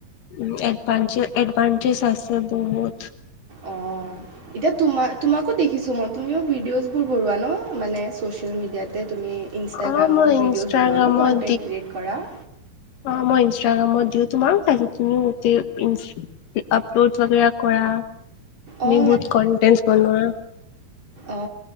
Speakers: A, on the left; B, on the right.
A: উম, এডভানটেজ, এডভানটেজ আছে বহুত।
B: অঁ এতিয়া তোমা তোমাকো দেখিছো মই তুমিও ভিডিঅছ' বোৰ ৱনোৱা মানে চচিয়েল মিডিয়াতে তুমি ইনষ্টাগ্ৰামত
A: অ মই
B: ভিডিঅ'জ
A: ইনষ্টাগ্ৰামত
B: বনোৱা ন কনণ্টেণ্ট ক্ৰিয়েট কৰা
A: অঁ মই ইনষ্টাগ্ৰামত দিওঁ তোমাকো পাইছো তুমি মোতেই ইনছ আপলোড বাগেৰা তুমি
B: অঁ
A: বহুত কনটেন্টছ বনোৱা
B: অ